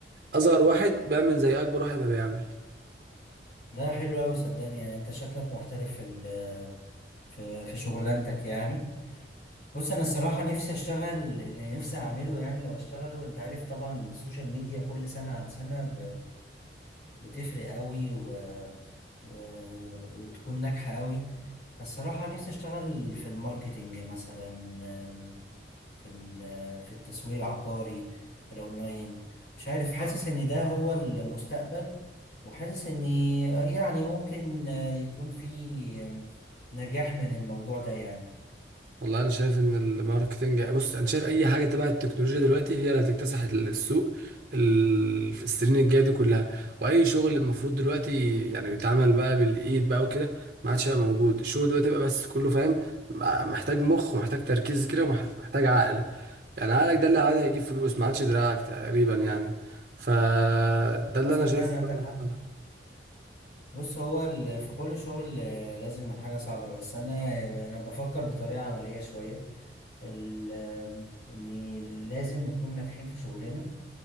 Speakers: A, on the right; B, on the left.
A: اصغر واحد بيعمل زي اكبر واحد ما بيعمل
B: لا حلو أوي صدقني يعني أنت شكلك محترف في ال- في في شغلانتك يعني بص أنا الصراحة نفسي أشتغل اللي نفسي أعمله يعني وأشتغله أنت عارف طبعا السوشيال ميديا كل سنة عن سنة بتفرق قوي و... و... وتكون ناجحة قوي فالصراحة نفسي أشتغل في الماركتينج مثلا آم، في ال... في التسويق العقاري الأونلاين مش عارف حاسس إن ده هو المستقبل وحاسس إن يعني ممكن آه، يكون في آم، نجاح من الموضوع ده يعني
A: والله انا شايف ان الماركتنج بص انا شايف اي حاجه تبع التكنولوجيا دلوقتي هي اللي هتكتسح السوق ال- في السنين الجايه دي كلها واي شغل المفروض دلوقتي يعني بيتعمل بقى بالايد بقى وكده ما عادش هيبقى موجود الشغل دلوقتي بقى بس كله فاهم محتاج مخ ومحتاج تركيز كده ومحتاج عقل يعني عقلك ده اللي عاد هيجيب فلوس ما عادش دراعك تقريبا يعني فده
B: هو
A: اللي
B: صدقني
A: انا شايفه
B: عندك
A: فعلا
B: حق بص هو ال... في كل شغل آه، لازم الحاجة صعبة بس أنا أنا بفكر بطريقة عملية شوية ال- ان لازم نكون ناجحين في شغلنا